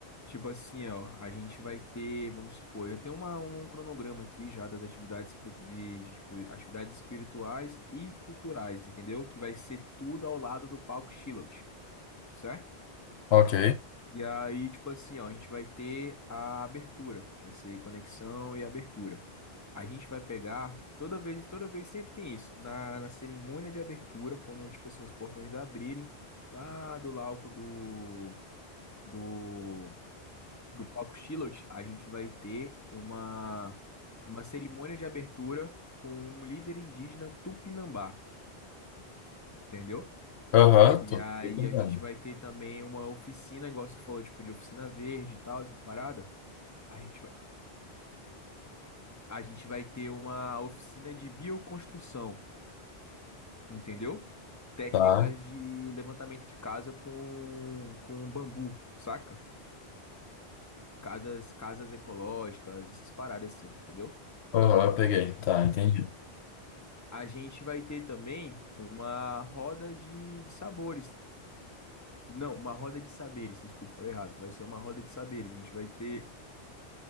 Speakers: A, on the left; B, on the left.
A: Tipo assim, ó, a gente vai ter, vamos supor, eu tenho uma, um cronograma aqui já das atividades pu- de, de, tipo, atividades espirituais e culturais, entendeu? Que vai ser tudo ao lado do palco Shiloh, certo?
B: Ok.
A: E aí, tipo assim, ó, a gente vai ter a abertura, vai ser conexão e abertura. A gente vai pegar, toda vez, toda vez sempre tem isso, na, na cerimônia de abertura, quando, tipo assim, os portões abrirem, lá do lauco do, do do palco Shiloh, a gente vai ter uma, uma cerimônia de abertura com um líder indígena Tupinambá, entendeu?
B: Aham,
A: E
B: tô
A: aí
B: entendendo.
A: a gente vai ter também uma oficina, igual você falou, tipo de oficina verde e tal, essas paradas. A gente vai, a gente vai ter uma oficina de bioconstrução, entendeu? Técnicas
B: Tá.
A: de levantamento de casa com, com bambu, saca? Casas, casas ecológicas, essas paradas assim, entendeu?
B: Aham, peguei. Tá, entendi.
A: A gente vai ter também uma roda de, de sabores. Não, uma roda de saberes, desculpa, falei errado. Vai ser uma roda de saberes. A gente vai ter